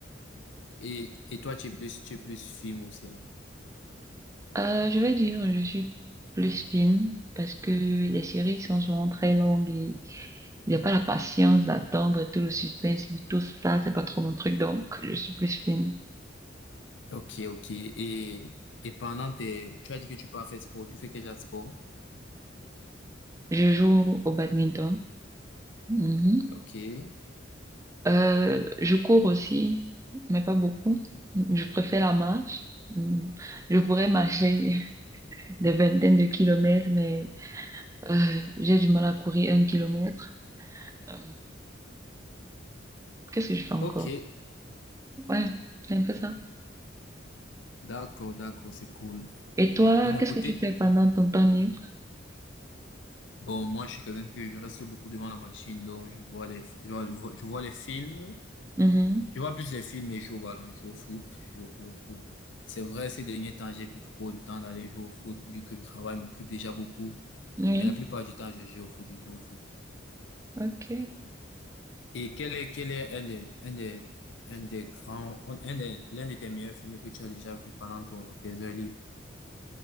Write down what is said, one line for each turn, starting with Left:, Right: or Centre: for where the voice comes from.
Left: Et, et toi, tu es plus, tu es plus film ou série?
Right: Euh, je vais dire, je suis plus film parce que les séries sont souvent très longues et Il n'y a pas la patience d'attendre tout le suspense, tout ça, c'est pas trop mon truc, donc je suis plus fine.
Left: Ok, ok. Et, et pendant tes, tu as dit que tu peux pas faire sport. Tu fais quel genre de sport?
Right: Je joue au badminton. Mhm.
Left: Ok.
Right: Euh, je cours aussi, mais pas beaucoup. Je préfère la marche. Mm. Je pourrais marcher <laughs> des vingtaines de kilomètres, mais euh, j'ai du mal à courir un kilomètre. Euh, qu'est-ce que je fais encore?
Left: Ok.
Right: Ouais, c'est un peu ça.
Left: D'accord, d'accord, c'est cool.
Right: Et toi,
Left: De mon
Right: qu'est-ce
Left: côté,
Right: que tu fais pendant ton temps libre?
Left: bon, moi, je suis quelqu'un que je reste beaucoup devant la machine, donc je vois les, je vois, je vois je vois les films,
Right: Mhm.
Left: je vois plus les films et je joue au ballon, je joue au foot, je joue, je joue au foot. C'est vrai, ces derniers temps, j'ai plus trop le temps d'aller jouer au foot, vu que le travail m'occupe déjà beaucoup,
Right: Oui,
Left: mais la plupart du temps, je joue au foot, je joue au foot.
Right: ok.
Left: Et quel est, quel est un des, un des, un des grands, un des, l'un de tes meilleurs films que tu as déjà vu pendant ton, tes heures libres?